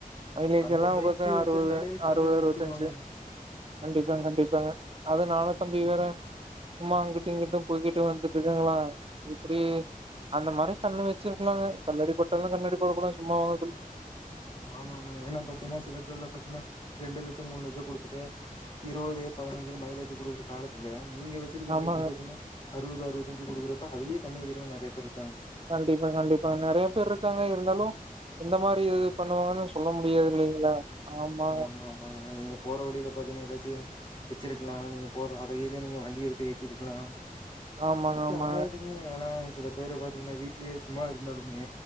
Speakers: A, on the right; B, on the left.
A: மைலேஜ்
B: அந்த
A: எல்லா
B: பைக்கு
A: பாத்தா
B: வச்சிருந்தாலே
A: அறுவது அறுவது
B: கண்ணு வகிச்சுருவாங்க
A: அறுவத்தஞ்சு கண்டிப்பாங்க கண்டிப் க்காங்க அதனால தம்பி வேற சும்மா அங்கிட்டு இங்கிட்டு போய்கிட்டும் வந்துட்டு இருக்காங்களா இப்புடி அந்த மாரி கண்ணு வச்சிருக்கலாங்க கல்லடி பட்டாலு கண்ணடி படக்கூடாது சும்மாவா
B: ஆமா ஆமாங்க ஏன்னா பாத்தீங்கன்னா சில பேர்ல பாத்தீன்னா ரெண்டு லட்சோ மூணு லட்சோ குடுத்துட்டே இருவது பதினஞ்சுனு மைலேஜ் குடுக்குற காலத்துல நீங்க வச்சிருக்க
A: ஆமாங்க
B: பைக்கு பாத்தீன்னா அறுவது அறுவத்தஞ்சு குடுக்குறப்ப அதுலேயே கண்ணு வக்கிறவங்க நெறைய பேர்ருக்
A: கண்டிப்பா கண்டிப்பா நெறையா பேர் இருக்காங்க எ ருந்தாலும் எந்த மாரி இது பண்ணுவாங்கன்னு சொல்ல முடியாதுல்லங் ல்ல ஆமாங்க
B: ஆமா ஆமாங்க நீங்க போற வழியில பாத்தீங்கன்னா எதயாச்சு வச்சுருக்கலா நீங்க போற அத இத நீங்க வண்டிய விட்டு ஏத்தி இருக்கலா
A: ஆமாங்க
B: இல்லாட்டி
A: ஆமாங்க
B: ஆயிருக்குங்க ஏன்னா சில பேர பாத்தீங்கன்னா வீட்லேயே சும்மா இருந்தாலுமே